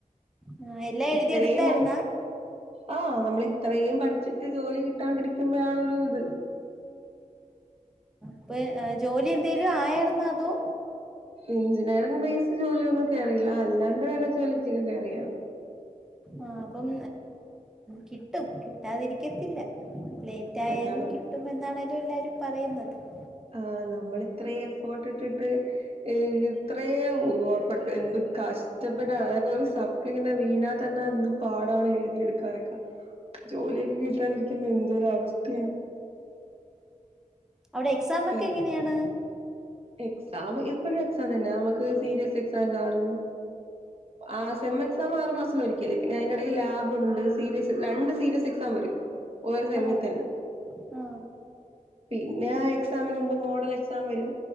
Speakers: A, in the centre; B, on the right.
A: ആ എല്ലാം എഴുതിയെടുത്തായിരുന്നാ
B: ഇ ത്രിം നാം ആ നമ്മൾ ഇത്രയും പഠിച്ചിട്ട് ജോലി കിട്ടാണ്ടിരിക്കുമ്പോഴാണ് ഒരു ഇത്
A: അപ്പൊ ജോലി എന്തേലും ആയാരുന്നോ അതോ
B: എഞ്ചിനീയറിംഗ് ബേസ് ജോലിക്കു ഒന്നും കേറിയില്ല അല്ലാണ്ട് വേറെ ജോലിക്കൊക്കെ കയറിയാണ്
A: ആ അപ്പം കിട്ടും കിട്ടാതിരിക്കത്തില്ല ല്ലേ ന്തായാലും
B: അതാണ്
A: കിട്ടുമെന്നാണല്ലോ എല്ലാവരും പറയുന്നത് തേ
B: ആ നമ്മൾ ഇത്രയും എഫോർട്ട് ഇട്ടിട്ട് ഏ ഇത്രയും പോഫക്ക് എന്ത് കഷ് നഷ്ടപ്പെട്ട അതൊക്കെ ഒരു സപ്ലി ഇങ്ങനെ വീണാ തന്നെ എന്ത് പാടാണ് എഴുതിയെടുക്കാനൊക്കെ ജോലിയൊക്കെ കിട്ടാണ്ടിരിക്കുമ്പോ എന്തൊരു അവസ്ഥയാണ്
A: അവിടെ എക്സാം
B: പി
A: ഒക്കെ എങ്ങനെയാണ്
B: എക്സാം എപ്പോഴും എക്സാം തന്നെ നമുക്ക് സീരിയസ് എക്സാം കാണും ആ സെം എക്സാം ആറ് മാസത്തിലൊരിക്കല് പിന്നെ അയിൻ്റെ ഇടയിൽ ലാബുണ്ട് സീരിയസ് രണ്ട് സീരിയസ് എക്സാം വരും ഒരു യമ്മി
A: ആ
B: തെന്ന്
A: ആ
B: പിന്നെ ആ എക്സാമിന് മുമ്പ് മോഡൽ എക്സാം വരും